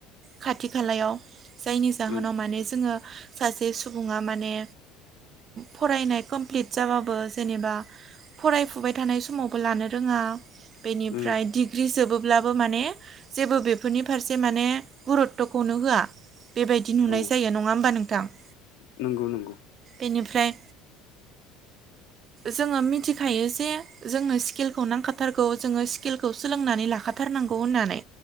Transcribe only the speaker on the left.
उम
उम
औ
नंगौ नंगौ।